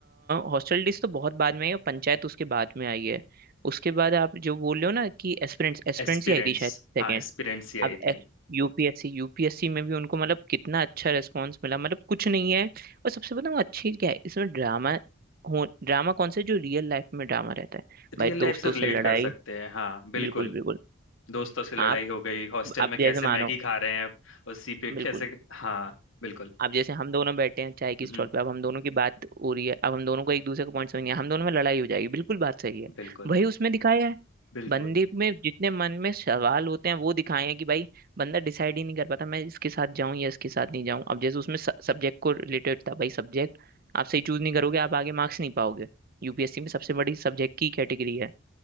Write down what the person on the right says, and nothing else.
हॉस्टल डिस तो बहुत बाद में आई और पंचायत उसके बाद में आई है उसके बाद आप जो बोल रहे हो ना कि एस्पिरेंट्स एस्पिरेंट्स
ही आई थी शायद
सेकेंड
अब
एस यूपीएससी यूपीएससी में भी उनको मतलब कितना अच्छा रेस्पॉन्स मिला मतलब कुछ नहीं है और सबसे बताऊँ अच्छी चीज़ क्या है इसमें ड्रामा हो ड्रामा कौन सा है जो रियल लाइफ में ड्रामा रहता है भाई
दोस्तों
से लड़ाई
बिल्कुल बिल्कुल
आप
आप
जैसे
मानो
बिल्कुल
अब जैसे हम दोनों बैठे हैं चाय की
स्टॉल पे अब हम दोनों की बात हो रही है अब हम दोनों को एक दूसरे का पॉइंट समझ नहीं है हम दोनों में लड़ाई हो जाएगी बिल्कुल बात सही है
वही उसमें दिखाया है
बंदे में जितने मन में सवाल होते हैं वो दिखाए हैं कि भाई बंदा डिसाइड ही नहीं कर पाता मैं इसके साथ जाऊं या इसके साथ नहीं जाऊं अब जैसे उसमें सब्जेक्ट को रिलेटेड था भाई सब्जेक्ट आप सही चूज नहीं करोगे आप आगे मार्क्स नहीं पाओगे यूपीएससी में सबसे बड़ी सब्जेक्ट की कैटेगरी है